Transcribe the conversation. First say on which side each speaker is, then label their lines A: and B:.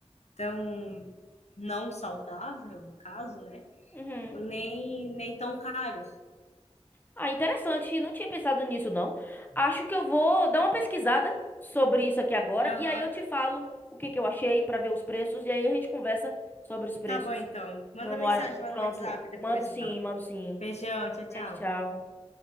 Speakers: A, on the left; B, on the left.
A: tão não saudável, no caso, né?
B: uhum.
A: Nem, nem tão caro.
B: Ah, interessante. Não tinha pensado nisso, não. Acho que eu vou dar uma pesquisada sobre isso aqui agora
A: Aham.
B: e aí eu te falo o que que eu achei para ver os preços e aí a gente conversa sobre os preços.
A: Tá bom, então. Manda
B: Não, não,
A: mensagem lá
B: pronto.
A: no WhatsApp depois,
B: Mando sim,
A: então.
B: mando sim.
A: Beijão, tchau, tchau.
B: Beijo, tchau.